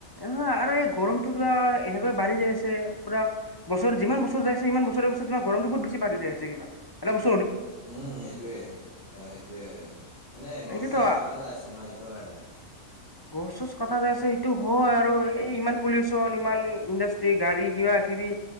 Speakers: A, on the left; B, on the left.
A: হ আৰু এই গৰমটো কিবা এনেকে বাঢ়ি যাইছে পুৰা বছৰ যিমান বছৰ যাইছে সিমান বছৰে বছৰে গৰমটো বহুত পাৰি য আছে কিবানে,
B: উম সেইটোৱে হয় সেইটোয়ে হয় মানে গছ
A: এইটোতো
B: চছ কটা যায় আছে ন এইটোৰ কাৰণে
A: গছ চছ কটা যাইছে সেইটো হয় আৰু এই ইমান পলিউচন ইমান ইণ্ডাষ্ট্ৰি গাড়ী কিবা কিবি,